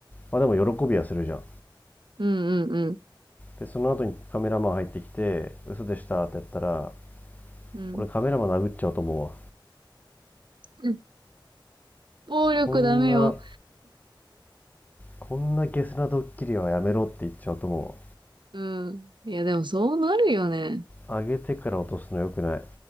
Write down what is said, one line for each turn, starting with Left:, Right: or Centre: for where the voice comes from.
Left: まあでも喜びはするじゃん
Right: うん、うん、うん、
Left: でその後にカメラマン入ってきて嘘でしたってやったら
Right: うん、
Left: 俺カメラマン殴っちゃうと思うわ
Right: うん。暴力ダメよ。
Left: こんなこんなゲスなドッキリはやめろって言っちゃうと思
Right: うん。いや、でもそうなるよね。
Left: う上げてから落とすの良くない